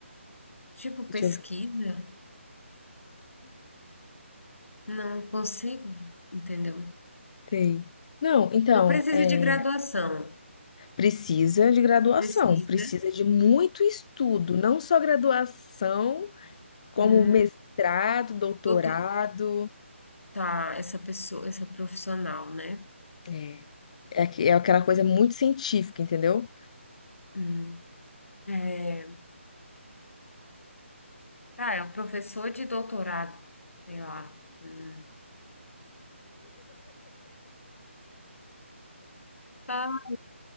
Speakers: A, on the left; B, on the left.
A: tipo, pesquisa,
B: deixa eu
A: não consigo, entendeu?
B: ver. Não, então,
A: Não precisa
B: é.
A: de graduação.
B: Precisa de graduação,
A: Pesquisa.
B: precisa de muito estudo, não só graduação, como
A: Hum,
B: mestrado, doutorado.
A: doutor- tá, essa pessoa, essa profissional, né?
B: É, é, aqu- é aquela coisa muito científica, entendeu?
A: Hum, é, Ah, é um professor de doutorado, sei lá. Hum. Ah,